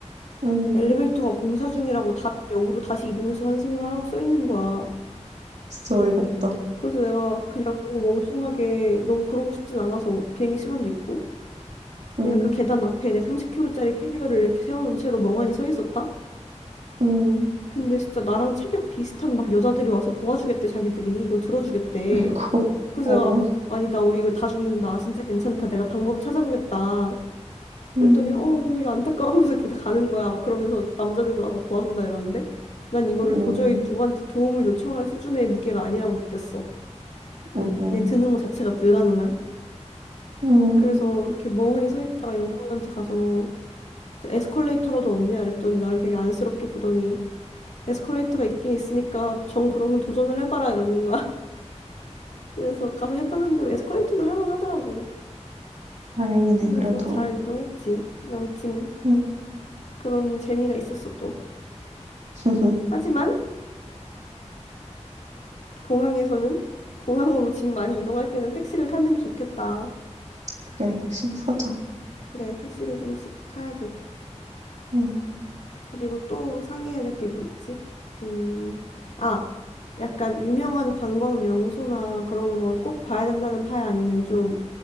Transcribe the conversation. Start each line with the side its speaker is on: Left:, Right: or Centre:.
Right: 음.
Left: 엘리베이터가 공사 중이라고 다른 역으로 다시 이동해서 환승을 하라고 써 있는 거야.
Right: 진짜 어이가 없다.
Left: 그래서 내가 그냥 너무 멍청하게 너무 그러고 싶진 않아서 비행기 시간도 있고
Right: 음,
Left: 그냥 그 계단 앞에 내 30kg짜리 캐리어를 이렇게 세워놓은 채로 멍하니 서 있었다?
Right: 음.
Left: 근데 진짜 나랑 체격 비슷한 막 여자들이 와서 도와주겠대 자기들이 이걸 들어주겠대.
Right: 아이고,
Left: 그래서
Right: 어,
Left: 내가 아니 나 우리 이거 다 죽는다 진짜 괜찮다 내가 방법을 찾아보겠다
Right: 음,
Left: 그랬더니 어 되게 안타까워하면서 이렇게 다 가는 거야 막 그러면서 남자들도 와서 막 도와준다 이러는데 난 이거를
Right: 음,
Left: 도저히 누구한테 도움을 요청할 수준의 무게가 아니라고 느꼈어
Right: 음, 음.
Left: 그냥 드는 거 자체가 불가능한
Right: 음.
Left: 그래서 이렇게 멍하니 서 있다가 영문한테 가서 에스컬레이터라도 없냐 이랬더니 나를 되게 안쓰럽게 보더니 에스컬레이터가 있긴 있으니까 정 그러면 도전을 해봐라 이러는 거야 <laughs> 그래서 가서 해봤는데 에스컬레이터는 할만하더라고
Right: 다행이네,
Left: 그래서
Right: 그래도.
Left: 잘 이동했지. 아무튼
Right: 음.
Left: 그런 재미가 있었어 또.
Right: <laughs>
Left: 하지만 공항에서는 공항으로 집 많이 이동할 때는 택시를 타는 게 좋겠다.
Right: 그래, 열심히 사자.
Left: 그래, 택시를 좀 쓰- 타야 돼.
Right: 음,
Left: 그리고 또 상의해야 될 게 뭐 있지? 음, 아, 약간 유명한 관광 명소나 그런 걸 꼭 봐야 된다는 파야 아니면 좀